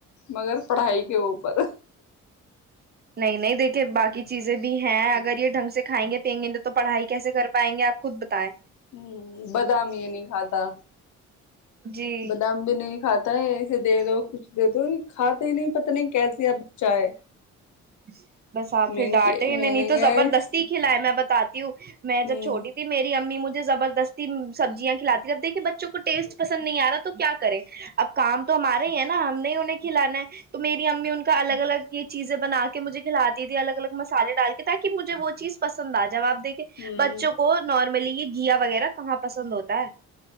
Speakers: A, on the left; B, on the right.
A: مگر پڑھائی کے اوپر
B: نہیں نہیں دیکھے باقی چیزیں بھی ہیں اگر یہ ڈھنگ سے کائیں گے پیئیں گے نہیں تو پڑھائی کیسے کر پائیں گے آپ خود بتائیں
A: ہ بادام یہ نہیں کھاتا
B: جی
A: بادام بھی نہیں کھاتا پتا ہے ایے دے دو کچھ دے دو یہ کھاتے ہی نہیں پت نہیں کیسی آ بچہ ہے
B: <inaudible> بس آپ
A: میں
B: پھر ڈانٹے ہیں
A: میں
B: ن نہیں
A: نے
B: تو
A: کیا
B: زبردستی کھلا ہے میں بتا میں جب
A: ہ
B: چھوٹی تھی میری امی مجھے زبر سست سبزیاں کھلاتی اب دیکھیے بچوں کو ٹیسٹ پسند نہیں آ رہا تو کیا کرے اب کام تو ہمارے ہی ہیں نا ہم نے انہیں کھلانا ہے تو میری امی ان کا الگ الگ یہ چیزیں بنا کے مجھے کھلاتی تھی الگ الگ مسالے ڈال کے تاکہجھے وہ چیز پسند آ ج جواب دیکھے
A: ہوں
B: بچوں کو نارملی یہ گیا وغیرہ کہاں پسند ہوتا ہے